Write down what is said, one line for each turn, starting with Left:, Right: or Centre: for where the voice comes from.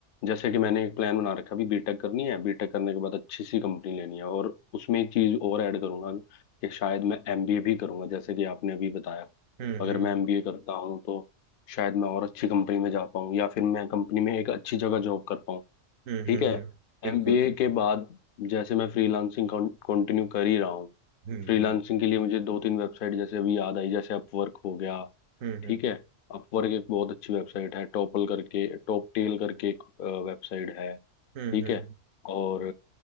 Left: जैसे कि मैंने एक प्लान बना रखा है अभी बीटेक करनी है बीटेक करने के बाद अच्छी सी कंपनी लेनी है और उसमें एक चीज और ऐड करूंगा कि शायद मैं एमबीए भी करूंगा जैसे कि आपने अभी बताया
Right: हम्म
Left: अगर
Right: हम्म
Left: मैं
Right: हम्म
Left: एमबीए करता हूँ तो शायद मैं और अच्छी कंपनी में जा पाऊँ या फिर मैं कंपनी में एक अच्छी जगह जॉब कर पाऊँ
Right: हम्म
Left: ठीक
Right: हम्म
Left: है
Right: हम्म, बिल्कुल
Left: एमबीए
Right: बिल्कुल
Left: के बाद जैसे मैं फ्रीलांसिंग कंटिन्यू कर ही रहा हूँ
Right: हम्म
Left: फ्रीलांसिंग
Right: हम्म
Left: के लिए मुझे दो तीन वेबसाइट जैसे अभी याद आई जैसे अपवर्क हो गया
Right: हम्म
Left: ठीक है अपवर्क एक बहुत अच्छी वेबसाइट है टॉपल करके टॉप टेल करके एक वेबसाइट है
Right: हम्म
Left: ठीक
Right: हम्म हम्म
Left: है और